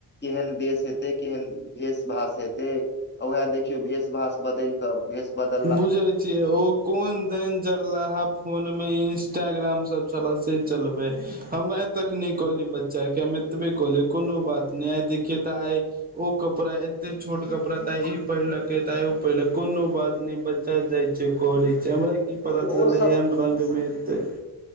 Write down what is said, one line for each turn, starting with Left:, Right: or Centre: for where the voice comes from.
Left: केहन देश हेतै केहन भेष भाष हेतै आ वैह देखियौ भेष भाष बदलि कऽ भेष बदल
Right: बुझै छियै ओ कोन दनि जरलाहा फोन मे इंस्टाग्राम सब छल से चलबै हम आइ तक नहि कहलियै बच्चा के हम एतबे कहलियै कोनो बात नहि आइ देखियै तऽ आइ ओ कपड़ा एते छोट कपड़ा त आइ ई पहिरलकै त आइ ओ पहिरलक कोनो बात नै बच्चा जाइत छै कऽरै छै हमरा की पता
Left: गेल
Right: छलै
Left: ओ
Right: जे एहन रंग मे एतै।